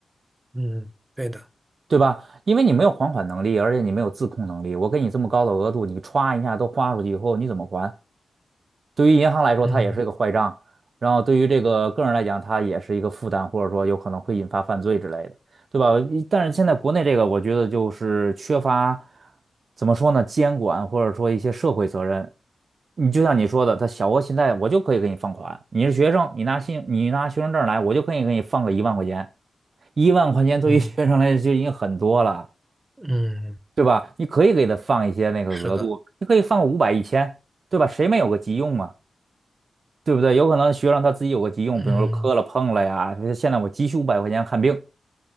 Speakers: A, on the right; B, on the right.
A: 嗯，对的。
B: 对吧？因为你没有还款能力，而且你没有自控能力，我给你这么高的额度，你歘一下都花出去以后，你怎么还？对于银行来说，
A: 嗯
B: 它也是一个坏账，然后对于这个个人来讲，它也是一个负担，或者说有可能会引发犯罪之类的，对吧？但是现在国内这个，我觉得就是缺乏，怎么说呢，监管或者说一些社会责任。你就像你说的，他小额信贷我就可以给你放款，你是学生，你拿信你拿学生证来，我就可以给你放个一万块钱，一万块钱对于学生来说就已经很多了，
A: 嗯嗯，
B: 对吧？你可以给他放一些那个额度，
A: 是的，
B: 你可以放个五百一千，一千对吧？谁没有个急用啊？对不对？有可能学生他自己有个急用，
A: 嗯
B: 比如说磕了碰了呀，就是现在我急需五百块钱看病，